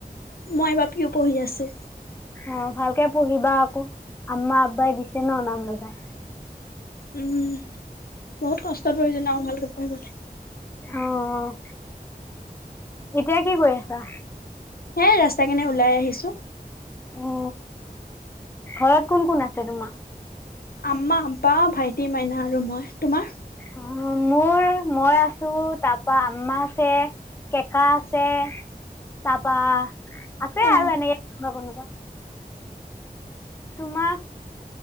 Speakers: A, on the left; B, on the left.
A: মই এইবাৰ পি ইউ পঢ়ি আছোঁ।
B: অ ভালকে পঢ়িবা আকৌ, আম্মা আব্বাই দিছে ন নাম লগাই।
A: উম। বহুত কষ্টত পঢ়িছোঁ ন ভালকে পঢ়িব লাগে।
B: অঁ অঁ এতিয়া কি কৰি আছা?
A: হে ৰাস্তা কেনে ওলাই আহিছো।
B: অ, ঘৰত কোন-কোন আছে তোমাৰ?
A: আম্মা, আম্পা, ভাইটি, মাইনা আৰু মই তোমাৰ?
B: অ, মোৰ মই আছো তাৰপা আম্মা আছে, কেকা আছে তাৰপা আছে
A: অ
B: আৰু এনেকে কোনোবা-কোনোবা। তোমাৰ